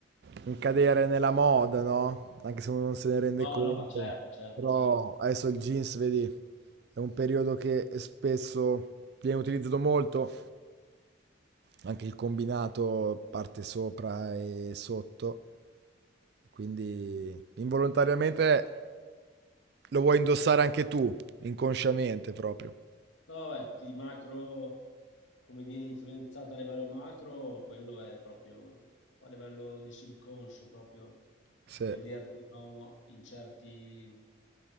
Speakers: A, on the right; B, on the left.
A: un cadere nella moda, no? Anche se uno non se ne rende
B: No,
A: conto.
B: no, ma certo, certo,
A: Però
B: certo.
A: adesso il jeans, vedi, è un periodo che è spesso viene utilizzato molto, anche il combinato parte sopra e sotto. Quindi involontariamente lo vuoi indossare anche tu, Inconsciamente proprio.
B: No, beh, i macro come vieni influenzato a livello macro, quello è proprio a livello di subconscio, proprio
A: Sì,
B: vederti o no, in certi,